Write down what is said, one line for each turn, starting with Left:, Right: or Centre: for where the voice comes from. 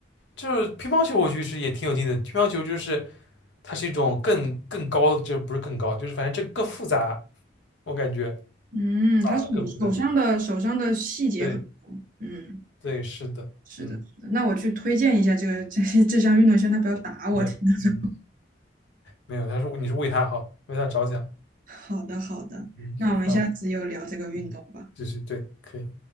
Left: 就是乒乓球，我觉得是也挺有劲的。乒乓球就是它是一种更更高的，这不是更高，就是反正这更复杂，我感觉
Right: 嗯，
Left: 啊更复杂。
Right: 他手手上的手上的细节很多。
Left: 对
Right: 嗯，
Left: 对，是的，
Right: 是的，
Left: 嗯，
Right: 是的。那我去推荐一下这个这这项运动，先他不要打我。
Left: 是的，
Right: 听到这，
Left: 嗯，没有，他是你是为他好，为他着想，
Right: <laughs> 好的，好的。
Left: 嗯，
Right: 那我们下次又聊这个运动吧。
Left: 好，嗯，就是对，可以。